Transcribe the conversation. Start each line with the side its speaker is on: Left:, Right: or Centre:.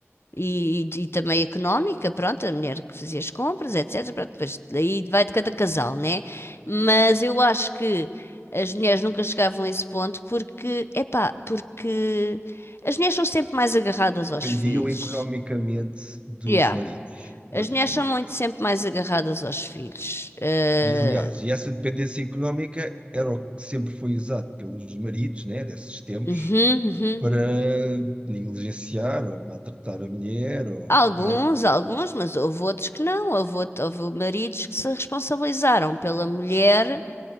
Left: e, e também económica, pronto, a mulher que fazia as compras, etc. Pronto, depois daí vai de cada casal, né? Mas eu acho que as mulheres nunca chegavam a esse ponto porque, epá, porque as mulheres são sempre mais agarradas aos
Right: dependiam
Left: filhos.
Right: economicamente dos
Left: Yeah.
Right: maridos,
Left: As
Right: basicamente.
Left: mulheres são muito- sempre mais agarradas aos filhos. Eh,
Right: E, aliás, e essa dependência económica era o que sempre foi usado pelos maridos, né, desses tempos,
Left: uhum, uhum.
Right: para negligenciar ou maltratar a mulher. Ou,
Left: Alguns,
Right: né?
Left: alguns, mas houve outros que não. Houve, out- houve maridos que se responsabilizaram pela mulher,